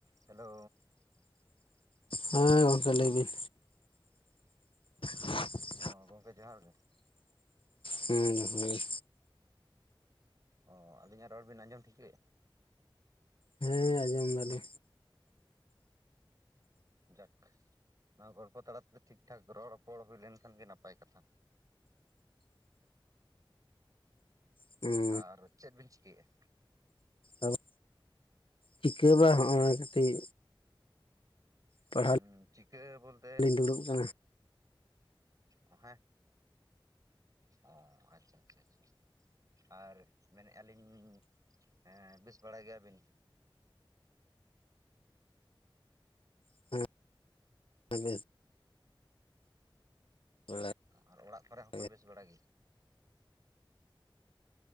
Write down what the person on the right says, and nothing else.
<inaudible> Hello
ᱦᱸ ᱜᱚᱝᱠᱮ ᱡᱚᱦᱟᱨ ᱜᱮ᱾
ᱚ ᱟᱹᱵᱧᱟᱜ ᱨᱚᱲ ᱵᱤᱱ ᱟᱸᱡᱚᱢ ᱴᱷᱤᱠᱟᱹᱭᱟ᱾
ᱡᱟᱠᱷ ᱱᱚᱣᱟ ᱜᱚᱞᱯᱚ ᱛᱟᱞᱟ ᱛᱮᱫᱚ ᱴᱷᱤᱠ ᱴᱷᱟᱠ ᱜᱨᱚ ᱨᱚᱯᱚᱲ ᱦᱩᱭ ᱞᱮᱱᱠᱷᱟᱱ ᱜᱮ ᱱᱟᱯᱟᱭ ᱠᱟᱛᱷᱟ᱾
ᱟᱨ ᱪᱮᱫ ᱵᱤᱱ ᱪᱤᱠᱟᱹᱭᱮᱫᱼᱟ?
ᱦᱩᱸ ᱪᱤᱠᱟᱹ ᱵᱚᱞᱛᱮ
ᱚ ᱦᱮᱸ᱾ ᱚ ᱟᱪᱪᱷᱟ ᱟᱪᱪᱷᱟ ᱟᱪᱪᱷᱟ᱾ ᱟᱨ ᱢᱮᱱᱮᱫ ᱟᱞᱤᱧ ᱮᱸ ᱵᱮᱥ ᱵᱟᱲᱟ ᱜᱮᱭᱟᱵᱤᱱ᱾
ᱟᱨ ᱚᱲᱟᱜ ᱠᱚᱨᱮ ᱦᱚᱸᱠᱚ
ᱵᱮᱥ ᱵᱟᱲᱟ ᱜᱤ